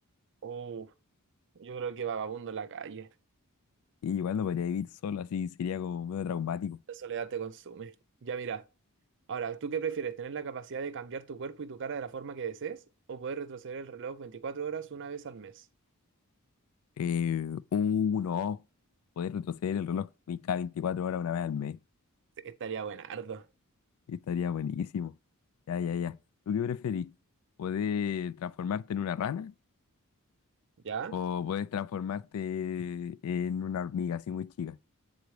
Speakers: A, on the right; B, on the left.
A: Uh, yo creo que vagabundo en la calle.
B: Y igual no podría vivir solo, así sería como medio traumático.
A: La soledad te consume. Ya, mira. Ahora, ¿tú qué prefieres? ¿Tener la capacidad de cambiar tu cuerpo y tu cara de la forma que desees? ¿O poder retroceder el reloj 24 horas una vez al mes?
B: Eh, uh, no, poder retroceder el reloj cada 24 horas una vez al mes.
A: Estaría buenardo.
B: Estaría buenísimo. Ya, ya, ya. ¿Tú qué preferís? ¿Poder transformarte en una rana?
A: ¿Ya?
B: O puedes transformarte en una hormiga así muy chica.